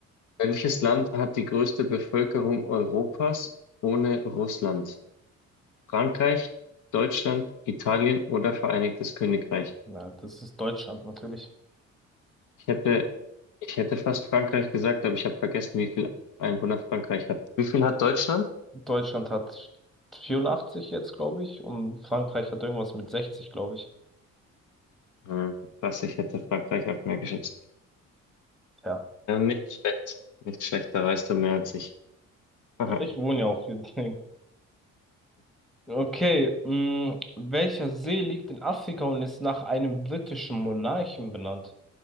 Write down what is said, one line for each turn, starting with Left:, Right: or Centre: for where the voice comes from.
Left: welches Land hat die größte Bevölkerung Europas ohne Russland? Frankreich, Deutschland, Italien oder Vereinigtes Königreich?
Centre: Na, das ist Deutschland natürlich.
Left: Ich hätte, ich hätte fast Frankreich gesagt, aber ich habe vergessen, wie viel Einwohner Frankreich hat. Wie viel hat Deutschland?
Centre: Deutschland hat 84 jetzt, glaube ich, und Frankreich hat irgendwas mit 60, glaube ich.
Left: Hm, krass, ich hätte Frankreich auf mehr geschätzt.
Centre: Ja.
Left: Ja, nicht schlecht. Nicht schlecht, da weißt du mehr als ich. Aha.
Centre: Ja, Ich wohne ja auch hier. deswegen. Okay, mh, welcher See liegt in Afrika und ist nach einem britischen Monarchen benannt?